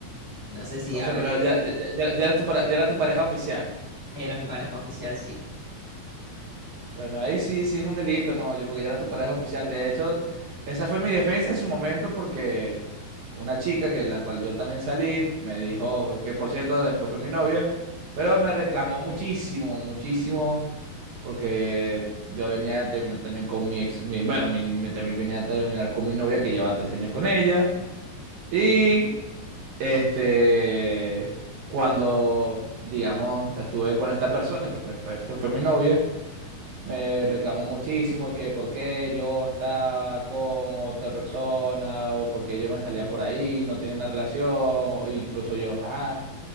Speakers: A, on the left; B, on the right.
A: no sé si,
B: O
A: a
B: sea,
A: ver,
B: pero ya, ya, ya- ya era tu, para- ya era tu pareja oficial.
A: era mi pareja oficial, sí,
B: Bueno, ahí sí, sí es un delito, no, yo porque ya era tu pareja oficial. De hecho, esa fue mi defensa en su momento porque una chica que la cual yo también salí me dijo que por cierto después fue mi novia, pero me reclamó muchísimo, muchísimo porque yo venía de terminar también con mi ex, mi- bueno, mi- me también venía a terminar con mi novia que llevaba tres años con ella y este cuando digamos estuve con esta persona que fue después fue fue mi novia me reclamó muchísimo que por qué yo estaba con otra persona o por qué yo me salía por ahí, no tenía una relación, o incluso yo, ajá,